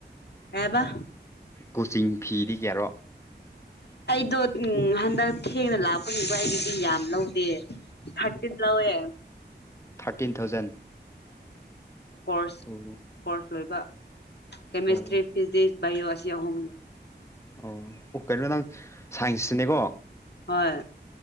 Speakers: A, on the left; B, on the left.
A: ꯍꯥꯏꯕ
B: ꯀꯣꯆꯤꯡ ꯐꯤꯗꯤ ꯀꯦꯔꯣ
A: ꯑꯗꯣ ꯎ ꯍꯟꯗꯛ ꯊꯦꯡꯅ ꯂꯥꯛꯄꯅꯤꯡꯕ ꯑꯩꯒꯤꯗꯤ ꯌꯥꯝ ꯂꯧꯗꯦ ꯊꯠꯇꯗꯂꯑꯦ
B: ꯐꯤꯇꯤꯟ ꯊꯥꯎꯖꯟ
A: ꯀꯣꯔꯁ
B: ꯑꯣ
A: ꯀꯣꯔꯁ ꯂꯣꯏꯕ ꯀꯦꯃꯦꯁꯇ꯭ꯔꯤ
B: ꯑꯣ
A: ꯐꯤꯖꯤꯛꯁ ꯏꯌꯣ ꯑꯁꯤ ꯌꯥꯍꯣꯡꯒꯦ
B: ꯑꯣ ꯑꯣ ꯀꯩꯅꯣ ꯅꯪ ꯁꯥꯏꯟꯁꯁꯤꯅꯦꯀꯣ
A: ꯍꯣꯏ